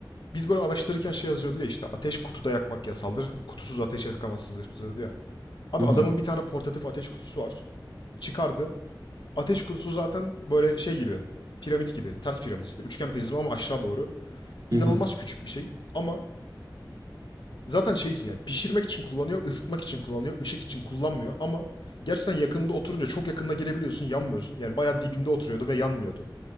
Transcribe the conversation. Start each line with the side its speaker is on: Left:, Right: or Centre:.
Left: Biz böyle araştırırken şey yazıyordu ya işte ateş kutuda yakmak yasaldır. Kutusuz ateş yakamazsınız yazıyordu ya. Abi
Right: Hı
Left: adamın
Right: hı.
Left: bir tane portatif ateş kutusu var. Çıkardı. Ateş kutusu zaten böyle şey gibi. Piramit gibi. Ters piramit işte. Üçgen prizma ama aşağı doğru. İnanılmaz
Right: Hı hı.
Left: küçük bir şey. Ama Zaten şey için yani pişirmek için kullanıyor, ısıtmak için kullanıyor, ışık için kullanmıyor ama gerçekten yakınında oturunca çok yakınına girebiliyorsun, yanmıyorsun. Yani bayağı dibinde oturuyordu ve yanmıyordu.